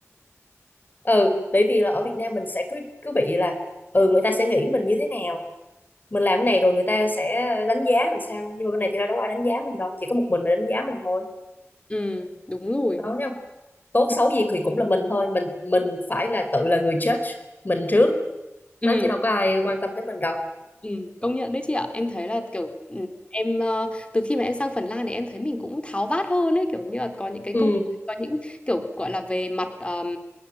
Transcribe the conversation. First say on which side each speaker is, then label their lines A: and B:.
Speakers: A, on the left; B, on the left.
A: ừ bởi vì là ở Việt Nam mình sẽ cứ cứ bị là ừ người ta sẽ nghĩ mình như thế nào mình làm cái này rồi người ta sẽ đánh giá làm sao nhưng mà bên này thì đâu có ai đánh giá mình đâu chỉ có một mình mà đánh giá mình thôi
B: Ừ, đúng rồi.
A: đó thấy không tốt
B: Ừ,
A: xấu gì thì cũng là mình thôi mình mình phải là tự là người judge mình trước
B: ừ,
A: nó chứ đâu có ai quan tâm tới mình đâu
B: ừ, công nhận đấy chị ạ. Em thấy là kiểu ừ, em ờ, từ khi mà em sang Phần Lan thì em thấy mình cũng tháo vát hơn ấy, kiểu như là có những cái
A: ừ
B: câu có những kiểu gọi là về mặt ờm,